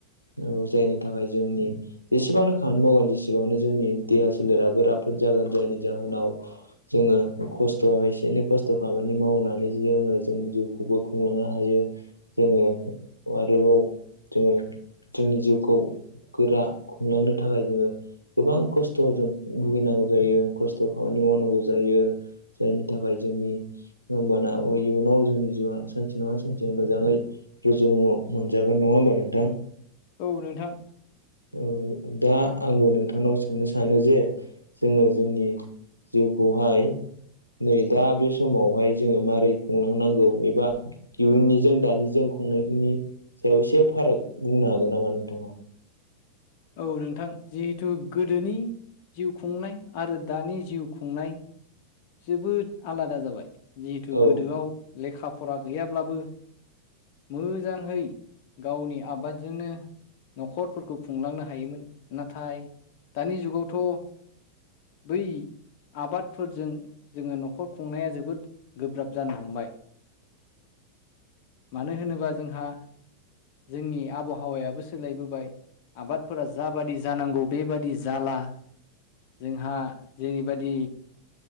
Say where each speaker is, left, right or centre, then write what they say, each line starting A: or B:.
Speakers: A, on the left; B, on the left.
A: औ जायनि थाखाय जोंनि जेसेबांनो खामानि मावगोन जेसेबांनो जोंनि देहा सोलेराबो राफोद जागोन ान जायनि जाहोनाव जोङो खस्थ' एसे एनै खस्थ' खामानि मावनानै जेनबा जोङो जोंनि जिउखौबो खुंलांनो हायो जोङो आरोबाव जोङो जोंनि जिउखौ गोरा खुंलांनो थाखाय जोङो गोबां खस्थ'जों भुगिनांगौ जायो खस्थ' खामानि मावनांगौ जायो। जायनि थाखाय जोंनि होमबाना अ- इयुनाव जोंनि जिउआ सानसे नङा सानसे मोजाङै रुजु रूमु मोनजागोन नङा होमबा नोंथां
B: औ नोंथां
A: ओ दा आंबो नोंथांनाव सोंनो सानो जे जोङो जोंनि जिउखौहाय नै दा बे समावहाय जोङो मारै खुंलांनांगौ एबा इयुननिजों दानिजों खुंनायफोरनि सायाव एसे फाराग बुंनो हागोन नामा नोंथाङा
B: औ नोंथां जिहेथु गोदोनि जिउ खुंनाय आरो दानि जिउ खुंनाय जोबोद आलादा जाबाय जिहेथु
A: औ
B: गोदोआव लेखा फरा गैयाब्लाबो मोजांहै गावनि आबादजोंनो न'खरफोरखौ खुंलांनो हायोमोन नाथाय दानि जुगावथ' बै आबादफोरजों जोङो न'खर खुंनाया जोबोद गोब्राब जानो हमबाय मानो होनोबा जोंहा जोंनि आबहावायाबो सोलायबोबाय आबादफोरा जाबादि जानांगौ बेबादि जाला जोंहा जेरैबायदि